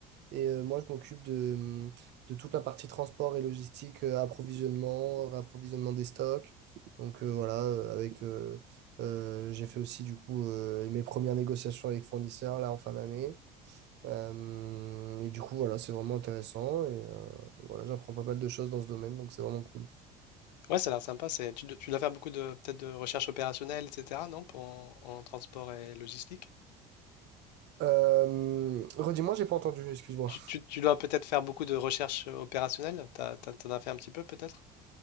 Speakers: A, on the right; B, on the left.
A: Et euh, moi, je m'occupe de, hum, de toute la partie transport et logistique, euh, approvisionnement, réapprovisionnement des stocks. Donc euh, voilà, euh, avec euh, euh, j'ai fait aussi du coup euh, mes premières négociations avec fournisseurs là en fin d'année. Euh, et du coup, voilà, c'est vraiment intéressant. Et, euh, et voilà, j'apprends pas mal de choses dans ce domaine, donc c'est vraiment cool.
B: ouais, ça a l'air sympa. C'est tu, dois tu dois faire beaucoup de peut-être de recherche opérationnelle, etc. Non, pour en, en transport et logistique.
A: Euh, redis-moi, j'ai pas entendu, excuse-moi.
B: Tu, tu, tu dois peut-être faire beaucoup de recherche opérationnelle. T'as, t'as- t'en as fait un petit peu peut-être.